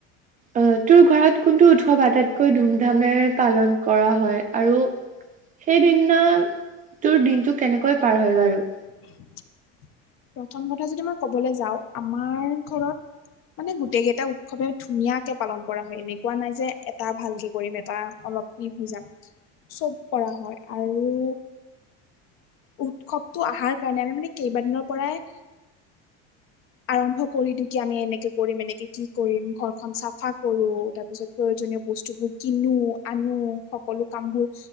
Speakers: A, on the right; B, on the left.
A: অ, তোৰ ঘৰত কোনটো উৎসৱ আটাইতকৈ ধুমধামেৰে পালন কৰা হয়, আৰু সেইদিনা তোৰ দিনটো কেনেকৈ পাৰ হয় বাৰু।
B: <unintelligible> প্ৰথম কথা যদি মই কবলৈ যাও আমাৰ ঘৰত মানে গোটেই কেইটা উৎসৱে ধুনীয়াকে পালন কৰা হয় এনেকুৱা নাই যে এটা ভালকে কৰিম এটা অলপ প হৈ যাম চব কৰা হয় আৰু উৎসৱটো আহাৰ কাৰণে, আমি মানে কেইবাদিনৰ পৰাই আৰম্ভ কৰি দিও, কি আমি এনেকে কৰিম এনেকে কি কৰিম ঘৰখন চাফা কৰো তাৰপিছত প্ৰয়োজনীয় বস্তুবোৰ কিনো আনো সকলো কামবোৰ